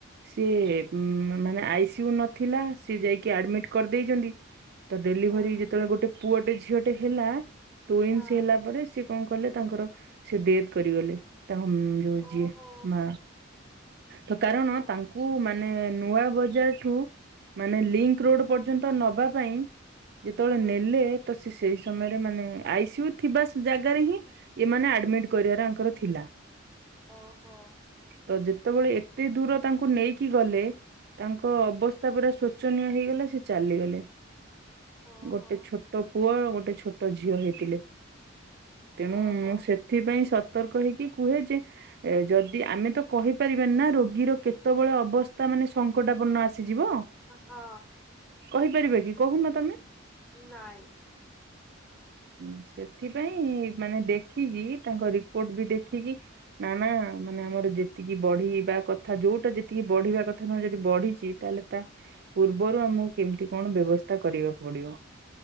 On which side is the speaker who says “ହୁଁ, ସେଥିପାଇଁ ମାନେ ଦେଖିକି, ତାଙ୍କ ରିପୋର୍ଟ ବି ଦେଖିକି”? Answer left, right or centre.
Right